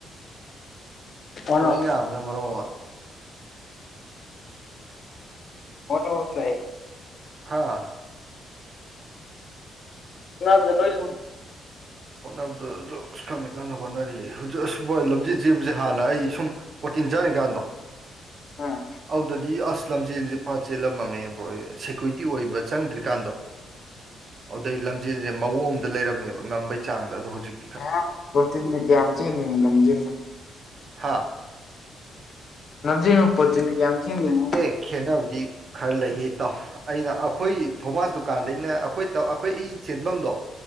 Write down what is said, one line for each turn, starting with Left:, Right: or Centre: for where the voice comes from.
Left: ꯍꯣꯠꯅꯧ
Right: ꯄꯣꯔꯩ ꯉꯥꯕꯅ ꯃꯔꯝ ꯑꯣꯏ
Left: ꯑꯣꯅ ꯎꯗꯥꯏ
Right: ꯍꯥꯥ
Left: <unintelligible>
Right: <unintelligible> ꯍꯣꯠꯅꯕꯗ ꯑꯗꯨ ꯀꯟꯅ ꯀꯟꯅ ꯍꯣꯠꯅꯔꯤ ꯍꯧꯖꯤꯛ ꯑꯁꯨ ꯂꯝꯖꯦꯟ ꯁꯦꯝꯕꯁꯦ ꯍꯥꯟꯅ ꯑꯩ ꯁꯨꯝ ꯄ꯭ꯔꯣꯇꯤꯟ ꯆꯥꯔꯤꯀꯥꯟꯗꯣ
Left: ꯎꯝ
Right: ꯑꯗꯨꯧꯗꯗꯤ ꯑꯁ ꯂꯝꯖꯦꯟꯁꯦ ꯐꯥꯠ ꯆꯦꯜꯂꯝꯃꯝꯃꯦꯕ꯭ꯔꯣ ꯁꯦꯀ꯭ꯌꯨꯔꯤꯇꯤ ꯑꯣꯏꯕ ꯆꯪꯗ꯭ꯔꯤꯀꯥꯟꯗꯣ ꯑꯗꯩ ꯂꯝꯖꯦꯜꯁꯦ ꯃꯑꯣꯡ ꯑꯃꯗ ꯂꯩꯔꯝꯃꯦꯕ ꯉꯝꯕꯩ ꯆꯥꯡꯗ ꯑꯗꯣ ꯍꯧꯖꯤꯛ
Left: ꯉꯥꯏꯍꯥꯛ ꯄꯣꯔꯇꯤꯟꯅ ꯈꯌꯥꯝꯅꯦ ꯂꯝꯖꯥꯜꯗꯦ
Right: ꯍꯥ
Left: ꯂꯝꯖꯥꯜꯕꯨ ꯄꯣꯔꯇꯤꯟꯅ ꯀꯌꯥꯝ ꯆꯤꯟꯗꯦꯅꯦ
Right: ꯑꯦ ꯈꯦꯠꯅꯕꯗꯤ ꯈꯔ ꯂꯩꯍꯦ ꯏꯇꯥꯏ ꯑꯩꯅ ꯑꯩꯈꯣꯏ ꯊꯣꯃꯥꯁ ꯗꯨꯀꯥꯟꯗꯩꯅ ꯑꯩꯈꯣꯏ ꯑꯩꯈꯣꯏ ꯑꯩ ꯆꯦꯟꯐꯝꯗꯣ